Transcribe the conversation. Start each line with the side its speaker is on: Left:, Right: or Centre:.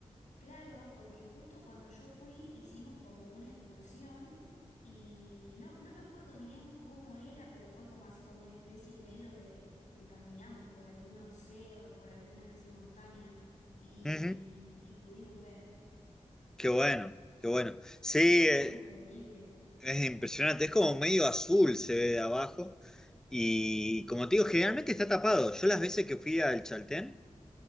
Left: Claro, porque justo cuando yo fui hicimos como una excursión y no, no me acuerdo bien cómo era, pero fue como así como una especie medio de que caminamos por algunos cerros, por algunas así montañas y,
Centre: Ujú.
Left: y pudimos ver.
Centre: Qué bueno, qué bueno. Sí,
Left: Y la verdad
Centre: eh,
Left: fue increíble.
Centre: es impresionante. Es como medio azul, se ve de abajo. Y como te digo, generalmente está tapado. Yo las veces que fui al Chaltén.